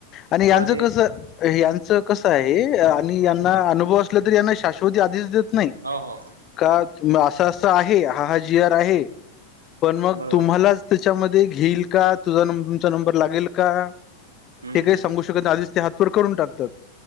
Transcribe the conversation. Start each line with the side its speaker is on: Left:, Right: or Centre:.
Left: आणि
Right: तेव्हा
Left: यांचं
Right: ते
Left: कसं. यांचं कसं आहे आणि यांना अनुभव असला तरी यांना शाश्वती आधीश देत नाही.
Right: हो हो हो,
Left: का तुम्ही असं असं आहे हा हा जिअर आहे. पण मग
Right: बरोबर
Left: तुम्हालाच त्याच्यामध्ये घेईल का तुझा तुमचा नंबर लागेल का.
Right: आहे हम्म
Left: ते काही
Right: हम्म
Left: सांगू
Right: हम्म
Left: शकत आधीच ते हातपर करून टाकतात.